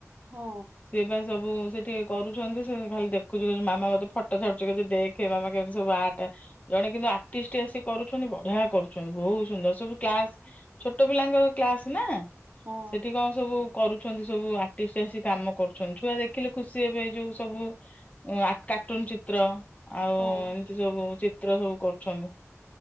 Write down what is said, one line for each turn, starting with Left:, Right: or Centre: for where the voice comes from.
Right: ହଁ
Left: ସିଏ ବା ସବୁ ସେଠି ଟିକେ କରୁଚନ୍ତି ସେ ଖାଲି ଦେଖୁଛି ମାମା ମୋତେ ଫଟୋ ଛାଡୁଚି ଦେଖେ ମାମା କେମିତି ସବୁ ଆର୍ଟ ଜଣେ କିନ୍ତୁ ଆଟିଷ୍ଟ ଆସି କରୁଛନ୍ତି ବଢିଆ କରୁଛନ୍ତି। ବହୁତ ସୁନ୍ଦର ସବୁ କ୍ଲାସ ଛୋଟ ପିଲାଙ୍କ କ୍ଲାସ ନା
Right: ହଁ
Left: ସେଠି କଣ ସବୁ କରୁଚନ୍ତି ସବୁ ଆଟିଷ୍ଟ ଆସି କାମ କରୁଚନ୍ତି। ଛୁଆ ଦେଖିଲେ ଖୁସି ହେବେ ଏ ଯୋଉ ସବୁ ଆ କାର୍ଟୁନ ଚିତ୍ର ଆଉ
Right: ହଁ।
Left: ଏମିତି ସବୁ ଚିତ୍ର ସବୁ କରୁଚନ୍ତି।